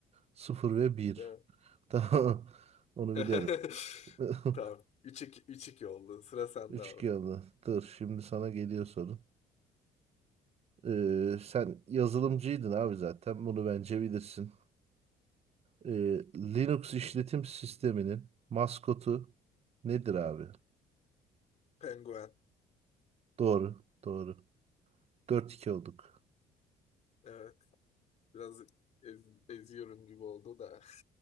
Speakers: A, on the right; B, on the left.
A: Sıfır ve bir.
B: Evet.
A: <laughs> Tamam. Onu
B: <laughs>
A: biliyorum. <laughs>
B: Tamam. 3-2 3-2 oldu. Sıra sende
A: Üç
B: abi.
A: 2 oldu. Dur şimdi sana geliyor sorun. Ee, sen yazılımcıydın abi zaten. Bunu bence bilirsin. Ee, Linux işletim sisteminin maskotu nedir abi?
B: Penguen.
A: Doğru. Doğru. Dört iki olduk.
B: Evet. Biraz ez- eziyorum gibi oldu da.